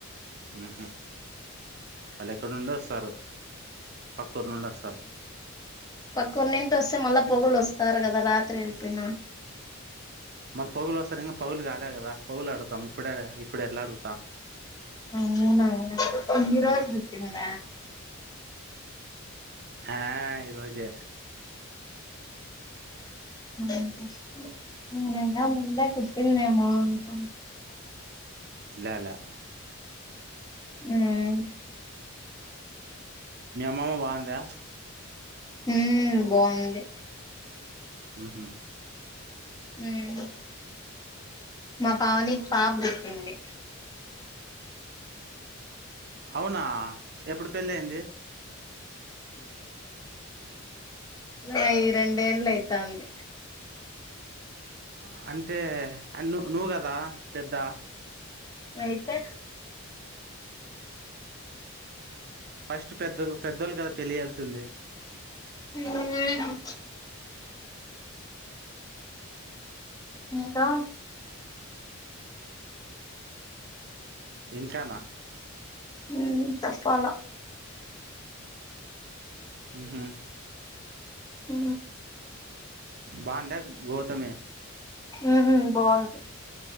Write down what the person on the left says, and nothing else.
పక్క ఊరి నింటి వస్తే మళ్ళా పొగులు వస్తారు కదా రాత్రి వెళ్ళపోన
<unintelligible> అవునా ఇరాబటింద
<unintelligible> అ నంగా ముందే కుటింద నేము అన్క
ఉం
ఉం బాగుంది
ఉం మా పావనికి పాప పుట్టింది
అయ్యి రెండేళ్ళ అయితాంది
అయితే
హ ఇంకా
ఉం చెప్పాల
ఆ
ఉం బాగుంది